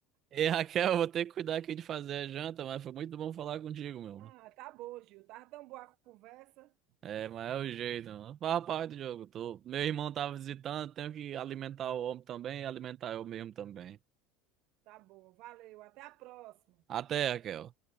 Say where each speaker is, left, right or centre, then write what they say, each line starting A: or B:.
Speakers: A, on the right; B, on the right.
A: Ei, Raquel, vou ter que cuidar aqui de fazer a janta, mas foi muito bom falar contigo, meu.
B: Ah, tá bom, Gil. Tá tão boa a conversa.
A: É, mas é o jeito, mano. Fala parte do jogo. Tô... Meu irmão tava visitando, tenho que alimentar o homem também e alimentar eu mesmo também.
B: Tá bom, valeu. Até a próxima.
A: Até, Raquel.